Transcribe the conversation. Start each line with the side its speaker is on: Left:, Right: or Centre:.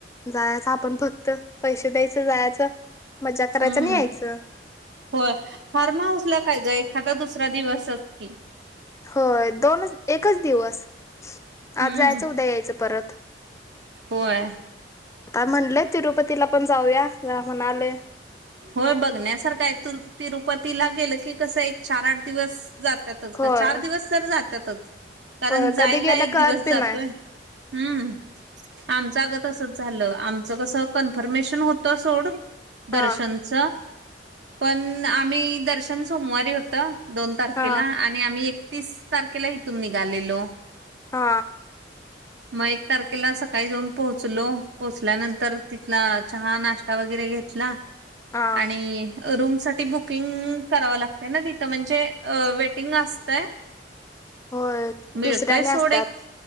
Left: जायच आपण फक्त पैसे द्यायचं जायचं मज्जा करायच
Right: हम्म
Left: आणि यायचं
Right: होय फार्म हाऊस ला काय ग एखादा दुसरा दिवसच की
Left: होय दोनच एकच दिवस
Right: हम्म
Left: आज जायचं उद्या यायचं परत <unintelligible>
Right: होय
Left: म्हणले तिरुपतीला पण जाऊया ज म्हणाले
Right: होय बघण्यासारखा आहे तू तिरुपतीला गेलं की कसं एक चार आठ दिवस जातातच
Left: होय
Right: चार दिवस तर जातातच कारण
Left: होय
Right: जायला
Left: कधी गेलं
Right: एक
Left: कळत
Right: दिवस
Left: बी
Right: जातोय
Left: नाही
Right: हम्म आमचंग तसंच झालं आमचं कसं कन्फर्मेशन होतं सोड दर्शनच
Left: हा
Right: पण आम्ही दर्शन सोमवारी होत दोन तारखेला
Left: हा
Right: आणि आम्ही एकतीस तारखेला इथून निघालेलो
Left: हा
Right: मग एक तारखेला सकाळी जाऊन पोहोचलो पोहोचल्यानंतर तिथला चहा नाश्ता वगैरे घेतला
Left: हा
Right: आणि रूम साठी बुकिंग करावं लागतय ना तिथं म्हणजे अ वेटिंग असतय
Left: होय
Right: मिळतय
Left: दुसऱ्याने
Right: सोड
Left: असतात
Right: एक